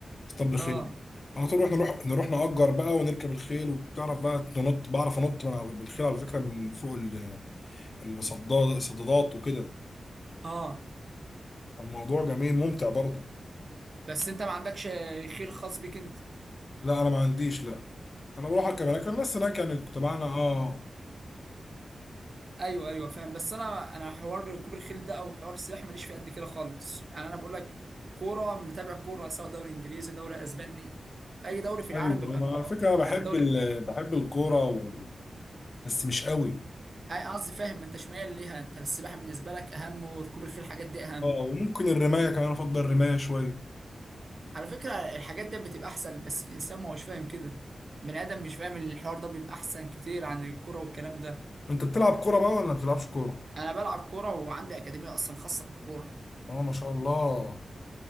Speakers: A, on the left (about 40°); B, on the right (about 45°).
A: اسطبل خيل
B: اه
A: على طول احنا نروح نروح نأجر بقى ونركب الخيل وبتعرف بقى ننط بعرف انط من على بالخيل على فكره من فوق ال- الصداد الصدادات وكده
B: اه
A: الموضوع جميل ممتع برضه
B: بس انت ما عندكش خيل خاص بيك انت
A: لا انا ما عنديش لا انا بروح اركب هناك الناس هناك يعني تبعنا اه
B: ايوه ايوه فاهم بس انا انا حوار ركوب الخيل ده او حوار السباحه ماليش فيه قد كده خالص يعني انا بقول لك كوره متابع كوره سواء دوري انجليزي دوري اسباني اي دوري في العالم
A: ايوه
B: ببقى
A: انا
B: متابعه
A: على فكره بحب
B: يعني الدوري
A: ال... بحب الكوره و... بس مش قوي
B: اي قصدي فاهم انت شمال ليها انت السباحه بالنسبه لك اهم وركوب الخيل الحاجات دي اهم
A: اه وممكن الرمايه كمان افضل الرمايه شويه
B: على فكره الحاجات دي بتبقى احسن بس الانسان ما هوش فاهم كده من ادم مش فاهم ان الحوار ده بيبقى احسن كتير عن الكوره والكلام ده
A: انت بتلعب كوره بقى ولا ما بتلعبش كوره
B: انا بلعب كوره وعندي اكاديميه اصلا خاصه بالكوره
A: اه ما شاء الله